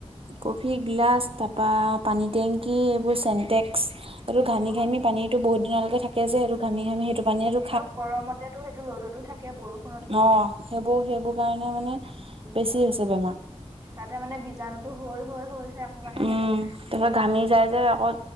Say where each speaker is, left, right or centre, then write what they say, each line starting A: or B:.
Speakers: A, on the right (about 55°); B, on the right (about 35°).
A: কফি গিলাচ তাৰপা পানী টেংকি এইবোৰ চেণ্টেক্স। আৰু ঘামি
B: অ
A: ঘামি পানীতো বহুতিনলৈকে থাকে যে আৰু ঘামি ঘামি সেইটো পানী আৰু
B: আৰু গৰমতেতো সেইটো ৰ'দতো থাকে বৰষু
A: অ সেইবোৰ সেইবোৰ কাৰণে মানে বেছি
B: বেছিকে
A: হৈছে বেমাৰ।
B: তাতে মানে বীজাণুতো হৈ হৈ হৈ হৈ আকৌ মানুহে
A: উম
B: সেইটো থাকে।
A: তাৰত ঘামি যায় যে আকৌ